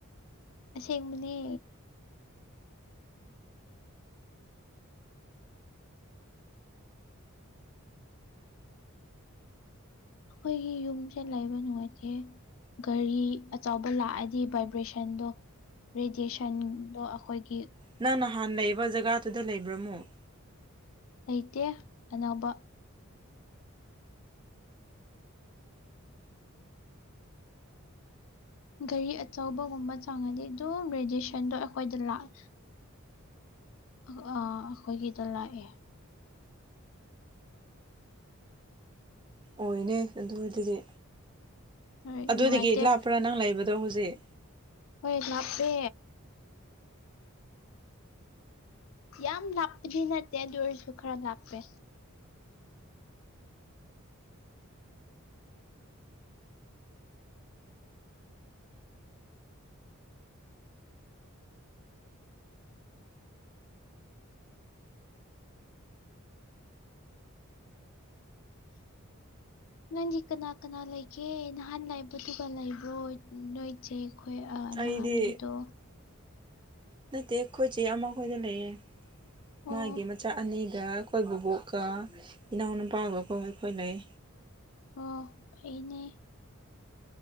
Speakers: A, on the left (about 65°); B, on the right (about 20°).
A: ꯑꯁꯦꯡꯕꯅꯦ ꯈꯣꯏꯒꯤ ꯌꯨꯝꯁꯦ ꯂꯩꯕ ꯅꯨꯉꯥꯏꯇꯦ ꯒꯔꯤ ꯑꯆꯥꯎꯕ ꯂꯥꯑꯗꯤ ꯚꯥꯏꯕ꯭ꯔꯦꯁꯟꯗꯣ ꯔꯦꯗꯤꯌꯦꯁꯟꯗꯣ ꯑꯈꯣꯏꯒꯤ
B: ꯅꯪ ꯅꯍꯥꯟ ꯂꯩꯕ ꯖꯒꯥꯗꯨꯗ ꯂꯩꯕ꯭ꯔ ꯃꯨꯛ
A: ꯂꯩꯇꯦ ꯑꯅꯧꯕ ꯒꯔꯤ ꯑꯆꯧꯕꯒꯨꯝꯕ ꯆꯪꯉꯗꯤ ꯑꯗꯨꯝ ꯔꯦꯗꯤꯌꯦꯁꯟꯗꯣ ꯑꯩꯈꯣꯏꯗ ꯂꯥꯛ ꯑꯈ ꯑꯥ ꯑꯈꯣꯏꯒꯤꯗ ꯂꯥꯑꯦ
B: ꯑꯣꯏꯅꯦ ꯑꯗꯨꯗꯗꯤ
A: ꯍꯣꯏ
B: ꯑꯗꯨꯗꯒꯤ
A: ꯅꯨꯡꯉꯥꯏꯇꯦ
B: ꯂꯥꯞꯄ꯭ꯔ ꯅꯪ ꯂꯩꯕꯗꯣ ꯍꯨꯖꯤꯛ
A: ꯍꯣꯏ ꯂꯥꯞꯄꯦ ꯌꯥꯝ ꯂꯥꯞꯄꯗꯤ ꯅꯠꯇꯦ ꯑꯗꯨ ꯑꯣꯏꯔꯁꯨ ꯈꯔ ꯂꯥꯞꯄꯦ ꯅꯪꯗꯤ ꯀꯅꯥ ꯀꯅꯥ ꯂꯩꯒꯦ ꯅꯍꯥꯟ ꯂꯩꯕꯗꯨꯒ ꯂꯩꯕ꯭ꯔꯣꯏꯠ ꯅꯣꯏꯠ ꯆꯦ ꯈꯣꯏ ꯑ
B: ꯑꯩꯗꯤ
A: ꯅꯍꯥꯟꯒꯤꯗꯣ
B: ꯅꯠꯇꯦ ꯈꯣꯏ ꯆꯦ ꯑꯃꯈꯣꯏꯗ ꯂꯩꯌꯦ
A: ꯑꯣ
B: ꯃꯥꯒꯤ ꯃꯆꯥ ꯑꯅꯤ ꯒ ꯈꯣꯏ ꯕꯣꯕꯣꯛꯀ ꯏꯅꯥꯎꯅꯨꯄꯥꯒꯀꯣ ꯑꯩꯈꯣꯏ ꯂꯩ
A: ꯑꯣ ꯐꯩꯅꯦ